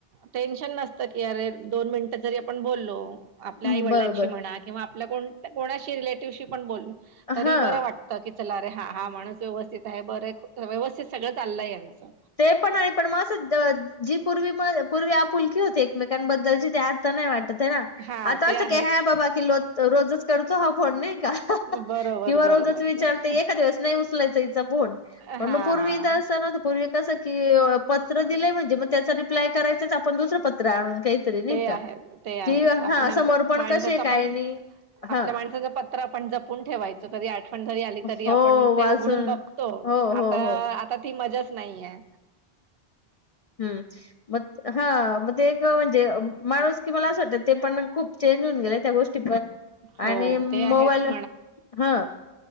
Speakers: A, on the right (about 70°); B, on the left (about 50°).
A: टेन्शन नसतं की अरे दोन मिनिटं जरी आपण बोललो आपल्या
B: म
A: आई वडिलांशी
B: बरोबर
A: म्हणा किंवा आप कोणाशी रिलेटिव्हशी पण बोललो तरी
B: हा
A: बरं वाटत चला अरे हा हा माणस व्यवस्थित आहे बरे व्यवस्थित सगळं चाललंय यांचं
B: ते पण नाही पण मं जी पूर्वी पूर्वी आपुलकीी होती एकमेकांबद्दलची ते आथ नाही वाटते
A: हा
B: आता
A: ते
B: असं
A: आहेच
B: का ह बाबा कि रोजच करतो ह फोन नाही का
A: बरोबर
B: किंवा
A: बरोबर
B: रोजच विचारते एखाद्या वेळेस स नाही उचलायचा हिचा फोन पण
A: हा
B: मग फोन तू इथे असताना तर पूर्वी कडुन. पत्र दिलंय म्हणजे मग त्याचा रिप्लाय करायचाच आपण दुसरं पत्र आणून काहीतरी नाही
A: ते
B: का?
A: आहेच ते आहेच
B: जी हा
A: आपल्या
B: समोर पण
A: माणसाचा
B: कसे काय
A: पण
B: नाही.
A: आपल्या
B: हा
A: माणसाचं पत्र आपण जपून ठेवायच कधी आठवण जरी आली तरी
B: हो
A: आपण
B: वाचून
A: ते उघडून बघतो.
B: हो
A: आता
B: हो हो.
A: आता ती मजाच नाहीय.
B: हम्म मग हा म एक म्हणजे माणूस कि मला असं वाटते. ते पण खूप चेंज होऊन गेले त्या गोष्ट पण
A: हो
B: आणि मोबाईल
A: ते आहेच
B: ह